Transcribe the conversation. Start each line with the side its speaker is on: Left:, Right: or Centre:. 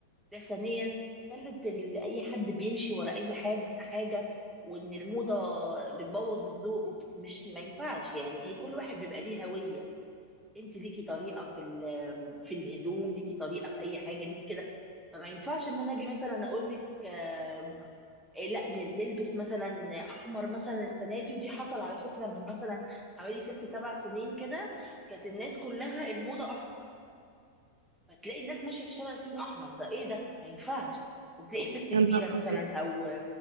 Centre: ده ثانيا خلت ال- اي حد بيمشي ورا اي حد حاجه وان الموضه بتبوظ الذوق مش ما ينفعش يعني إيه، كل واحد بيبقى ليه هويه انت ليكي طريقه في ال- في الهدوم ليكي طريقه في اي حاجه ليكي كده فما ينفعش ان انا اجي مثلا اقول لك آه، إيه، لا ن- نلبس مثلا احمر مثلا السنه دي ودي حصل على فكره من مثلا حوالي ست سبع سنين كده كانت الناس كلها الموضه احمر فتلاقي الناس ماشيه في الشارع لابسين احمر ده ايه ده ما ينفعش وتلاقي ست كبيره
Right: يا نهار
Centre: مثلا
Right: أبيض
Centre: او